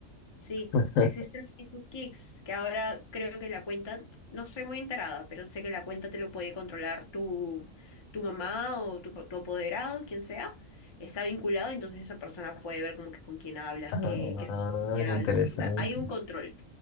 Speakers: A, on the left; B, on the left.
A: sí,
B: <laughs>
A: existe el Facebook Kids, que ahora creo que la cuenta, no estoy muy enterada, pero sé que la cuenta te lo puede controlar tu, tu mamá o tu, tu apoderado, quien sea, está vinculado, entonces esa persona puede ver como que con quién hablas,
B: Ah,
A: qué, qué, qué hablas,
B: interesante.
A: o sea, hay un control.